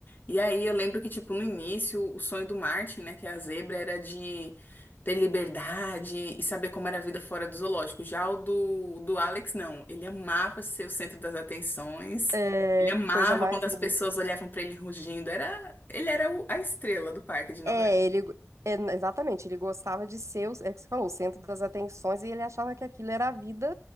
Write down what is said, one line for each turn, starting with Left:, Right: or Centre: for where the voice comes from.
Left: E aí eu lembro que, tipo, no início, o sonho do Martin, né, que é a zebra, era de ter liberdade e saber como era a vida fora do zoológico. Já o do, do Alex, não. Ele amava ser o centro das atenções.
Right: É,
Left: Ele amava
Right: coisa mais
Left: quando
Right: linda.
Left: as pessoas olhavam pra ele rugindo. Era, ele era o- a estrela do parque de Nova
Right: É, ele. é, exatamente, ele gostava de ser, o- é o que você falou, o centro das atenções e ele achava que aquilo era a vida